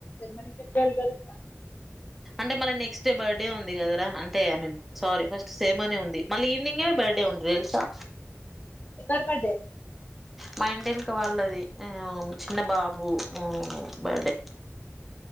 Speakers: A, on the left (about 35°); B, in the centre.
A: మ చెప్ప జరు
B: అంటే మళీ నెక్స్ డ బర్త్డే ఉంది కదా అంటే I mean sorry first same అనే ఉంది మళ్ళీ ఈవినింగ్ే బర్త్డే ఉ తెల్సా
A: బర్బద
B: మా ఇంటి ఇకి వాళ్ళది చిన్న బాబు బర్డే